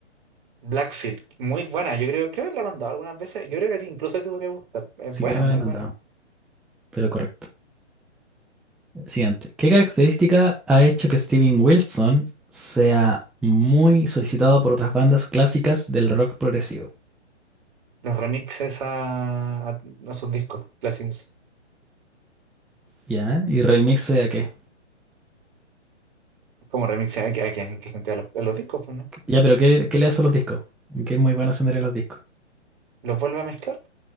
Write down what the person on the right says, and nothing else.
Blackfield, muy buena. Yo creo, creo que la he mandado algunas veces. Yo creo que a ti incluso te podría gustar. Es
buena,
muy
buena.
Los remixes a, a- a sus discos clásicos.
Como remixes a, a, a, que- que gente a los a los discos, pues, ¿no?
Los vuelve a mezclar.